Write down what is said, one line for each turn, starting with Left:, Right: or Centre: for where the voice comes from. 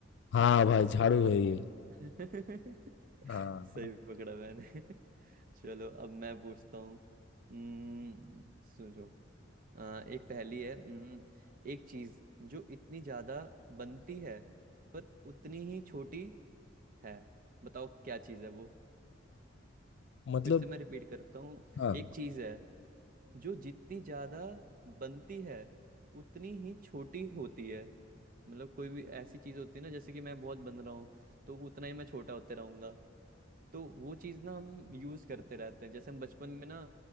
Left: हाँ भाई झाड़ू है ये
Right: <laughs>
Left: हाँ
Right: सही पकड़ा मैंने <laughs> चलो अब मैं पूछता हूँ हम्म, सोचो आ, एक पहेली है हम्म, एक चीज जो इतनी ज्यादा बनती है पर उतनी ही छोटी है बताओ क्या चीज़ है वो
Left: मतलब
Right: फिर से मैं रिपीट करता हूँ
Left: हाँ
Right: एक चीज़ है जो जितनी ज़्यादा बनती है उतनी ही छोटी होती है मतलब कोई भी ऐसी चीज़ होती है ना जैसे कि मैं बहुत बन रहा हूँ तो उतना ही मैं छोटा होते रहूंगा तो वो चीज़ ना हम यूज़ करते रहते हैं जैसे हम बचपन में ना